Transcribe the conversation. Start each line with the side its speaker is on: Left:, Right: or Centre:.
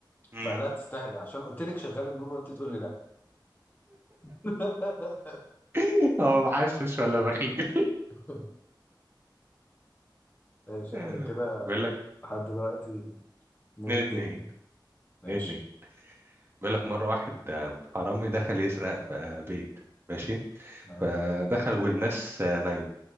Right: مم.
Left: فقال لها تستاهلي عشان قلت لك شغال النور وانت تقول لي لا <laughs>
Right: <laughs> هو محشش ولا بخيل
Left: <laughs> ماشي
Right: <laughs>
Left: احنا كده
Right: بيقول لك
Left: لحد دلوقتي اتنين
Right: اتنين اتنين
Left: اتنين ماشي
Right: اتنين اتنين بيقول لك مرة واحد آه، حرامي دخل يسرق في آه، بيت ماشي
Left: تمام
Right: فدخلوا والناس نايمة